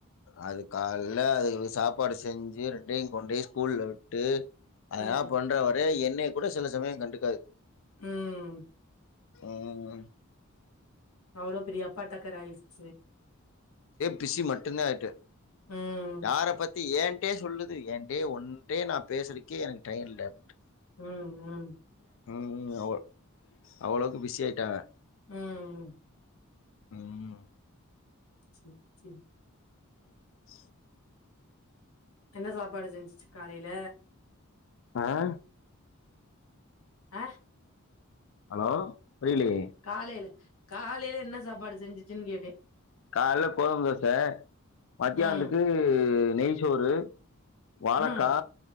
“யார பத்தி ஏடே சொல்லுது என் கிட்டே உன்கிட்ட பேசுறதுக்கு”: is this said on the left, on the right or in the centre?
Left